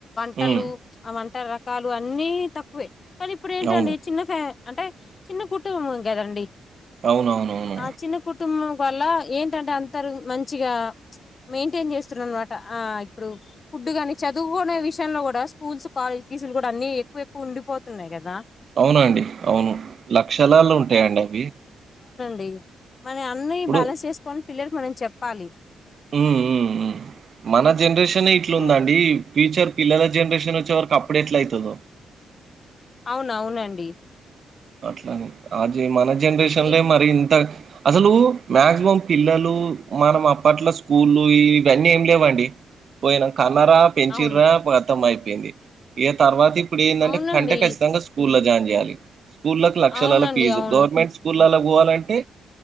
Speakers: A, on the left; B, on the right.
A: ట్టలు
B: హ్మ్.
A: ఆ వంట రకాలు అన్నీ తక్కువే కానీ ఇప్పుడు ఏంటండి
B: అవును.
A: చిన్న ఫ అంటే చిన్న కుటుంబం గదండి
B: అవునవునవును.
A: ఆ చిన్న కుటుంబం వల్ల ఏంటంటే అంతరు మంచిగా మెయింటైన్ చేస్తున్నారు అనుమాట ఆ ఇప్పుడు ఫుడ్ గానీ చదువుకోనే విషయంలో గుడా స్కూల్స్ కాలేజ్ ఫీసులు గుడా అన్ని ఎక్కువ ఎక్కువ ఉండిపోతున్నాయి గదా
B: అవునండి అవును లక్షలాలు ఉంటాయండి అవి
A: డి మనయి అన్నీ
B: ఇప్పుడు
A: బ్యాలెన్స్ చేసుకొని పిల్లలకి మనం చెప్పాలి
B: <unintelligible> మన జనరేషనే ఇట్లు
A: ఇప్పుడు
B: ఉందండి ఫ్యూచర్ పిల్లల జనరేషన్ <unintelligible> కప్పుడు ఎట్లా అయితదో
A: అవును అవునండి
B: అట్లానే అజి మన జనరేషన్లే
A: ఏ
B: మరి ఇంత అసలు మాక్సిమం పిల్లలు మనం అప్పట్ల స్కూళ్ళు ఇవి అన్ని ఏం లేవండి పోయినమ్ కన్నరా పెంచిర్ర
A: అవును
B: ప్రత్తం అయిపోయింది ఇగ తర్వాత ఇప్పు ఏందంటే
A: అవునండి
B: కంటే ఖచ్చితంగా స్కూల్లో జాయిన్ చేయాలి స్కూళ్క లక్షలలలో
A: అవునండి
B: ఫీజు
A: అవును
B: గవర్నమెంట్ స్కూళ్ పోవాలంటే